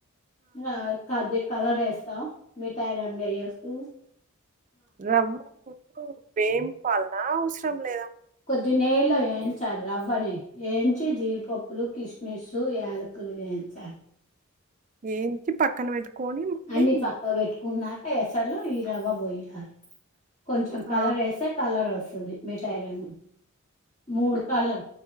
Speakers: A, on the left (about 30°); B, on the right (about 35°).
A: ఆ కది కలర్ వేస్తా మిఠాయి రంగు వేస్తూ
B: రవ్వ <unintelligible> వేంపాలనా అవసరం లేదా
A: ది నెయ్యిలో ఎంచాలి రవ్వని ఎంచి జీడిపప్పులు కిస్మిస్ యాలకులు వెన్ ఇచ్చా
B: ఏంచి పక్కన పెట్టుకొని ప్లేమ్
A: అన్ని పక్కకు పెట్టుకున్నాక ఎసర్లో ఈ రవ్వ పోయాలి కొంచెం
B: ఆ!
A: కలర్ యేస్తే కలర్ వస్ వస్తది మిఠాయిలను మూడు కలర్